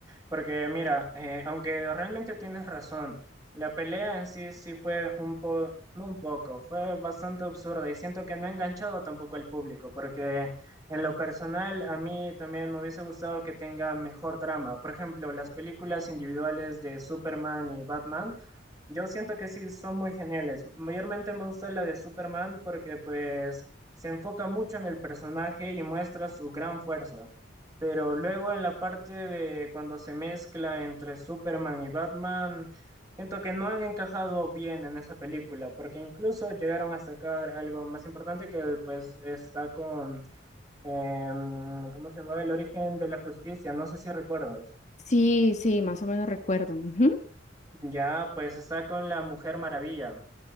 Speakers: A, on the right; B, on the left.
A: porque mira, eh, aunque realmente tienes razón, la pelea en sí sí fue un po, no un poco, fue bastante absurda y siento que no ha enganchado tampoco al público, porque en lo personal a mí también me hubiese gustado que tenga mejor drama. Por ejemplo, las películas individuales de Superman y Batman, yo siento que sí son muy geniales. Mayormente me gusta la de Superman porque pues se enfoca mucho en el personaje y muestra su gran fuerza. Pero luego en la parte de cuando se mezcla entre Superman y Batman, siento que no han encajado bien en esa película, porque incluso llegaron a sacar algo más importante que pues está con, em, ¿cómo se llamaba? El origen de la justicia, no sé si recuerdas.
B: Sí, sí, más o menos recuerdo. ujú.
A: Ya pues está con la Mujer Maravilla.